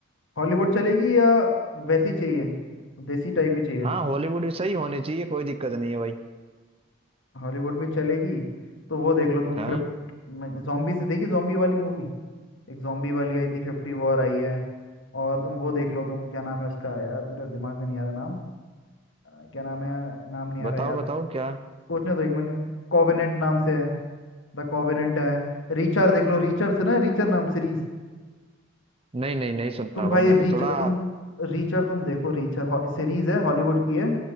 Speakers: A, on the left; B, on the right.
A: हॉलीवुड चलेगी या वैसी चाहिए देसी टाइप ही चाहिए
B: हाँ हॉलीवुड भी सही होनी चाहिए कोई दिक्कत नहीं है भाई
A: हॉलीवुड भी चलेगी तो वो देख लो तुम
B: हाँ
A: फिफ्थ में जॉम्बी से देखी जॉम्बी वाली मूवी एक जॉम्बी वाली आई थी फिफ्टी वॉर आई है और तुम वो देख लो तुम क्या नाम है उसका यार मेरा दिमाग में नहीं आ रहा नाम अ, क्या नाम है नाम नहीं आ
B: बताओ
A: रहा यार
B: बताओ क्या
A: सोचने दो एक मिनट कॉवेनेंट नाम से है द कॉवेनेंट है रीचर देख लो रीचर सुना है रीचर नाम सीरीज
B: नहीं नहीं नहीं सुनना
A: तुम भाई
B: भाई मैंने
A: रीच
B: थोड़ा
A: तुम रीचर तुम देखो रीचर सीरीज है हॉलीवुड की है